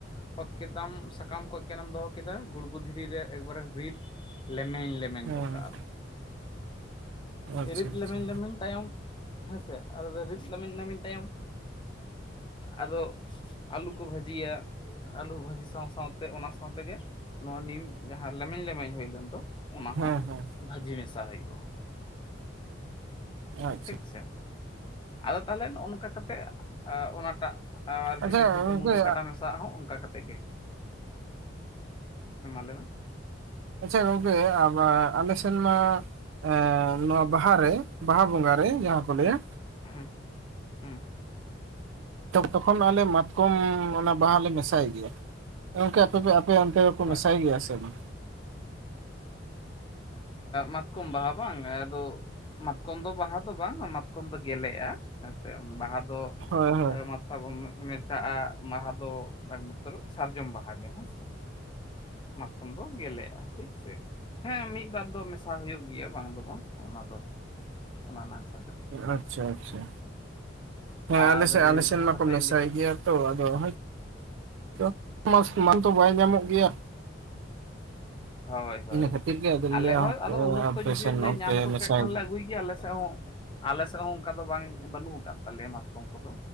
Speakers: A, on the left; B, on the right.
A: ᱦᱚᱛ ᱠᱮᱫᱟᱢ ᱥᱟᱠᱟᱢ ᱠᱚᱡ ᱮᱠᱮᱱ ᱮᱢ ᱫᱚᱦᱚ ᱠᱮᱫᱟ ᱜᱩᱲᱜᱩ ᱫᱷᱤᱨᱤ ᱨᱮ ᱮᱠᱵᱟᱨᱮ ᱨᱤᱫ ᱞᱮᱢᱮᱧ ᱞᱮᱯ ᱢᱮᱱ
B: ᱦᱮᱸ
A: ᱜᱚᱜ ᱠᱚᱜ ᱠᱟᱜ-ᱟ
B: ᱟᱪᱪᱷᱟ
A: ᱨᱤᱫ
B: ᱟᱪᱪᱷᱟ
A: ᱞᱮᱢᱮᱧ ᱞᱮᱢᱮᱧ ᱛᱟᱭᱚᱢ ᱦᱮᱸᱥᱮ ᱟᱫᱚᱞᱮ ᱨᱤᱫ ᱞᱮᱢᱮᱧ ᱞᱮᱢᱮᱧ ᱛᱟᱭᱚᱢ ᱟᱫᱚ ᱟᱞᱩ <inaudible> ᱠᱚ ᱵᱷᱟᱹᱡᱤᱭᱟ ᱟᱹᱞᱩ ᱵᱷᱟᱹᱡᱤ ᱥᱟᱶ ᱥᱟᱶᱛᱮ ᱚᱱᱟ ᱥᱟᱶᱛᱮᱜᱮ ᱱᱚᱣᱟ ᱱᱤᱢ ᱡᱟᱦᱟᱸ ᱞᱮᱢᱮᱧ ᱞᱮᱢᱮᱧ ᱦᱩᱭ ᱞᱮᱱ ᱫᱚ ᱚᱱᱟ ᱦᱚᱸ
B: ᱦᱮᱸ ᱦᱮᱸ
A: ᱵᱷᱟᱹᱡᱤ ᱢᱮᱥᱟ ᱦᱩᱭᱩᱜ-ᱟ
B: ᱟᱪᱪᱷᱟ
A: ᱴᱷᱤᱠ ᱥᱮ ᱟᱫᱚ ᱛᱟᱦᱚᱞᱮ ᱱᱚᱜ-ᱚᱭ ᱱᱚᱝᱠᱟ ᱠᱟᱛᱮ ᱚᱱᱟ <inaudible> ᱟᱨ ᱡᱩᱫᱤ
B: ᱟᱪᱪᱷᱟ ᱜᱚᱝᱠᱮ
A: ᱝᱠᱟᱹ ᱠᱟᱰᱟ ᱢᱮᱥᱟᱜ ᱦᱚᱸ ᱚᱱᱠᱟ ᱠᱟᱛᱮ ᱜᱮ ᱦᱮᱸ ᱢᱟ ᱞᱟᱹᱭ ᱢᱮ
B: ᱟᱪᱪᱷᱟ ᱜᱚᱝᱠᱮ ᱟᱵᱟ ᱟᱞᱮ ᱥᱮᱱ ᱢᱟ ᱮ ᱱᱚᱣᱟ ᱵᱟᱦᱟᱨᱮ ᱵᱟᱦᱟ ᱵᱚᱸᱜᱟ ᱨᱮ ᱡᱟᱦᱟᱸ ᱠᱚ
A: ᱦᱮᱸ
B: ᱞᱟᱹᱭᱟ
A: ᱦᱮᱸ ᱦᱮᱸ
B: ᱛᱚᱠᱷᱚᱱ ᱟᱞᱮ ᱢᱟᱛᱠᱚᱢ ᱚᱱᱟ ᱵᱟᱦᱟ ᱞᱮ ᱢᱮᱥᱟᱭ ᱜᱮᱭᱟ ᱜᱚᱝᱠᱮ ᱟᱯᱮᱯᱮ ᱟᱯᱮ ᱚᱱᱛᱮ
A: ᱦᱳᱭ
B: ᱢᱮᱥᱟᱭ ᱜᱮᱭᱟ ᱥᱮ ᱵᱟᱝ
A: ᱢᱟᱛᱠᱚᱢ ᱵᱟᱦᱟ ᱵᱟᱝ ᱟᱫᱚ ᱢᱟᱛᱠᱚᱢ ᱫᱚ ᱵᱟᱦᱟ ᱫᱚ ᱵᱟᱝ ᱢᱟᱛᱠᱚᱢ ᱫᱚ ᱜᱮᱞᱮᱜ-ᱟ ᱦᱮᱸᱥᱮ ᱵᱟᱦᱟ ᱫᱚ
B: ᱦᱳᱭ ᱦᱳᱭ
A: ᱚᱠᱟ ᱵᱚᱱ ᱢᱮᱛᱟᱜ-ᱟ ᱵᱟᱦᱟ ᱫᱚ ᱮᱠᱢᱟᱛᱨᱚ ᱥᱟᱨᱡᱚᱢ ᱵᱟᱦᱟ ᱜᱮ ᱦᱮᱸᱥᱮ ᱢᱟᱛᱠᱚᱢ ᱫᱚ ᱜᱮᱞᱮᱜ-ᱟ ᱴᱷᱤᱠ ᱥᱮ, ᱦᱮᱸ ᱢᱤᱫ ᱵᱟᱨ ᱫᱚ ᱢᱮᱥᱟ ᱦᱩᱭᱩᱜ ᱜᱮᱭᱟ᱾ ᱵᱟᱝ ᱫᱚ ᱵᱟᱝ ᱚᱱᱟ ᱫᱚ ᱚᱱᱟ ᱱᱟᱜᱥ
B: ᱟᱪᱪᱷᱟ ᱟᱪᱪᱷᱟ ᱦᱮᱸ
A: ᱟᱨ
B: ᱟᱞᱮ ᱥᱮᱜ ᱟᱞᱮ ᱥᱮᱜ
A: ᱡᱟᱦᱟᱸ
B: ᱢᱟᱠᱚ
A: ᱠᱟᱛᱷᱟᱧ
B: ᱢᱮᱥᱟᱭ
A: ᱞᱟᱹᱭ
B: ᱜᱮᱭᱟ ᱛᱚ ᱟᱫᱚ ᱦᱚᱭᱛᱚ <inaudible> ᱵᱟᱭ ᱧᱟᱢᱚᱜ ᱜᱮᱭᱟ᱾
A: ᱦᱳᱭ ᱦᱳᱭ
B: ᱤᱱᱟᱹ ᱠᱷᱟᱹᱛᱤᱨ ᱜᱮ ᱟᱫᱚ
A: ᱟᱞᱮ
B: ᱞᱟᱹᱭᱟ
A: ᱦᱚᱸ ᱟᱫᱚ ᱩᱱ ᱚᱠᱛᱚ
B: ᱟᱯᱮ
A: ᱡᱩᱫᱤ
B: ᱥᱮᱱ
A: ᱞᱮ
B: ᱚᱱᱛᱮ
A: ᱧᱟᱢ ᱜᱚᱜ
B: ᱢᱮᱥᱟᱭ
A: ᱠᱮ ᱠᱷᱟᱱ
B: ᱜᱮ
A: ᱞᱮ ᱟᱹᱜᱩᱭ ᱜᱮᱭᱟ ᱟᱞᱮ ᱥᱮᱫ ᱦᱚᱸ ᱟᱞᱮᱥᱮᱫ ᱦᱚᱸ ᱚᱱᱠᱟ ᱫᱚ ᱵᱟᱝ ᱵᱟᱹᱱᱩᱜ ᱟᱠᱟᱫ ᱛᱟᱞᱮᱭᱟ ᱢᱟᱛᱠᱚᱢ ᱠᱚᱫᱚ